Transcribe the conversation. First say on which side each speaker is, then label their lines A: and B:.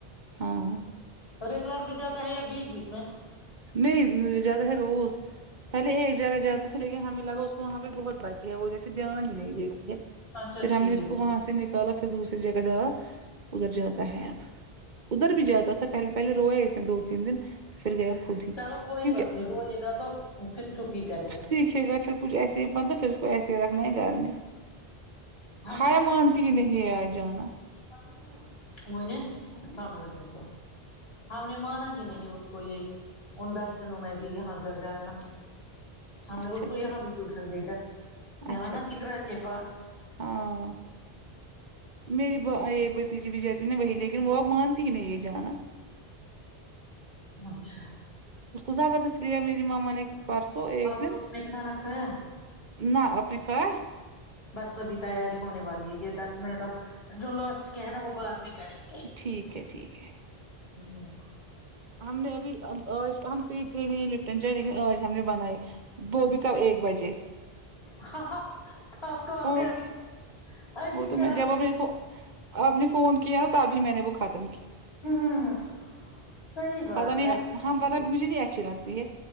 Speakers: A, on the right (about 50°); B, on the left (about 75°).
A: ہاں
B: ارے گھر میں جاتا ہے یا بیچ بیچ میں
A: نہیں جاتا ہے روز پہلے ایک جگہ جاتا تھا لیکن ہمیں لگا اس کو وہاں پہ بہت بچے ہے وہ جیسے دھیان ہی نہیں دیتی ہے
B: اچھا
A: پھر ہم
B: ٹھیک
A: نے اس کو وہاں سے نکالا پھر دوسری جگہ ڈالا ادھر جاتا ہے ادھر بھی جاتا تھا پہلے پہلے روئے اس نے دو تین دن پھر گیا خود کیونکہ
B: چلو کوئی بات نہیں روئے گا تو پھر چپ ہی کرے گا
A: سیکھے گا پھر کچھ ایسے مطلب پھر اس کو ایسے ہی رکھنا ہے گھر میں ہے
B: ہم
A: ہیا مانتی ہی نہیں ہے آ جانا
B: <unintelligible> ہم نے مانا ہی نہیں اس کو یہ ان دس دنوں میں بھی یہاں کرنا ہم نے
A: اچھا
B: اس کو یہاں
A: کیا
B: بھی ٹیوشن بھیجا یہاں
A: اچھا
B: نا
A: کیا
B: اقرا کے پاس
A: ہاں میری با یہ بھت بھتجی بھی جاتی نا وہی لیکن وہ اب مانتی ہی نہیں ہے جانا
B: اچھا
A: اس کو زبردستی لیا میری مما نے پرسوں ایک
B: آپ
A: دن
B: لوگوں نے کھانا کھایا
A: نہ آپ نے کھایا
B: بس ابھی تیاری ہونے والی ہے یہ دس منٹ اب جو لاسٹ کے ہے نا وہ بعد میں کریں گے
A: ٹھیک ہے ٹھیک ہے
B: <unintelligible>
A: ہم نے ابھی اب آج ہم پیتے ہی نہیں لپٹن چائے لیکن آج ہم نے بنائی وہ بھی کب ایک بجے
B: ہاں ہاں اب تو آپ
A: اور
B: نے ابھی
A: کیا
B: ابھی
A: وہ تو
B: چار
A: میں جب اب نے آپ نے فون کیا تبھی میں نے وہ ختم کی
B: ہاں ہاں ہاں صحیح بات
A: نہیں
B: ہے
A: ہاں پتا مجھے نہیں اچھی لگتی ہے